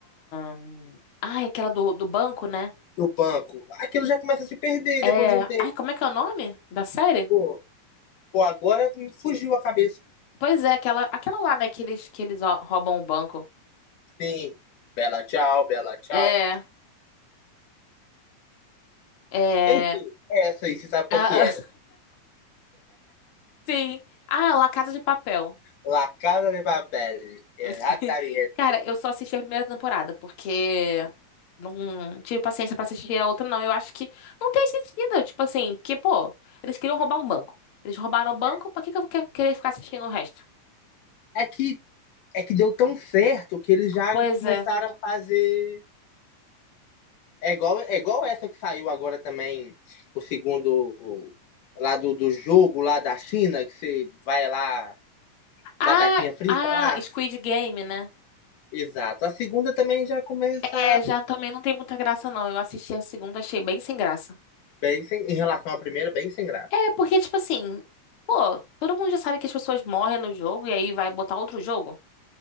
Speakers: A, on the left (about 50°); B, on the left (about 70°).
A: A. Ai, aquela do, do banco, né?
B: do banco, aquilo já começa a se perder
A: É.
B: depois de um tempo.
A: Ai, como é que é o nome da série?
B: Pô, pô, agora me fugiu a cabeça.
A: Pois é, aquela, aquela lá, né? Que eles, que eles ó, roubam o banco.
B: Sim, bela tchau, bela tchau.
A: É. É.
B: Enfim, é essa aí, você sabe qual
A: ah,
B: que era.
A: <laughs> sim. Ah, La Casa de Papel.
B: La Casa de Papel, exatamente.
A: <laughs> Cara, eu só assisti a primeira temporada, porque não tive paciência pra assistir a outra, não. Eu acho que não tem sentido, tipo assim, porque, pô, eles queriam roubar um banco. Eles roubaram o banco,
B: É
A: pra que que eu vou que- querer ficar assistindo o resto?
B: é que é que deu tão certo que eles já
A: Pois
B: começaram
A: é.
B: a fazer. É igual, é igual essa que saiu agora também, o segundo lá do, do jogo lá da China, que você vai lá,
A: Ah,
B: batatinha frita
A: ah,
B: lá.
A: Squid Game, né?
B: Exato. A segunda também já começa
A: É, já também não tem muita graça, não. Eu assisti a segunda, achei bem sem graça.
B: bem sem, em relação à primeira, bem sem graça.
A: É, porque, tipo assim, pô, todo mundo já sabe que as pessoas morrem no jogo e aí vai botar outro jogo.